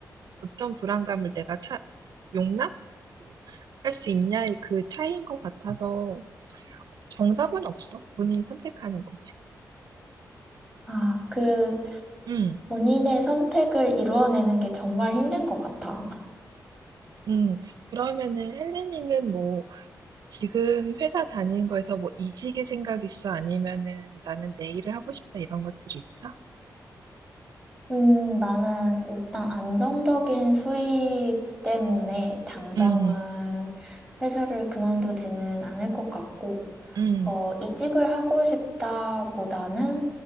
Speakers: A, on the right (about 70°); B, in the centre.
A: 어떤 불안감을 내가 차, 용납? 할 수 있냐의 그 차이인 것 같아서 정답은 없어. 본인이 선택하는 거지.
B: 아, 그
A: 음,
B: 본인의 선택을 이루어내는 게 정말 힘든 것 같아.
A: 음. 그러면은 헬레니는 뭐 지금 회사 다니는 거에서 뭐 이직의 생각 있어? 아니면은 나는 내 일을 하고 싶다 이런 것들이 있어?
B: 음, 나는 일단 안정적인 수익 때문에 당장은
A: 음,
B: 회사를 그만두지는 않을 것 같고,
A: 음,
B: 어, 이직을 하고 싶다보다는